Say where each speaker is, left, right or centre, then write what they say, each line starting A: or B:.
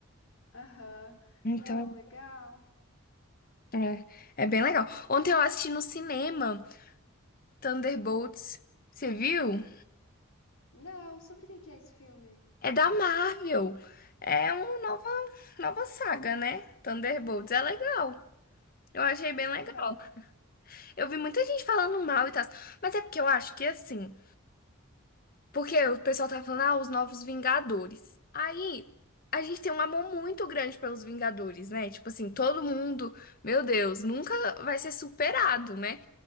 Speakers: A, on the left; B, on the left.
A: Aham.
B: Então,
A: Não, legal.
B: é, é bem legal. Ontem eu assisti no cinema Thunderbolts. Você viu?
A: Não, sobre o que que é esse filme?
B: É da Marvel. É uma nova, nova saga, né? Thunderbolts. É legal. Eu achei bem legal.
A: Aham.
B: Eu vi muita gente falando mal e tal, mas é porque eu acho que assim, porque o pessoal tava falando, ah, os novos Vingadores. Aí a gente tem um amor muito grande pelos Vingadores, né? Tipo assim, todo mundo, meu Deus, nunca vai ser superado, né?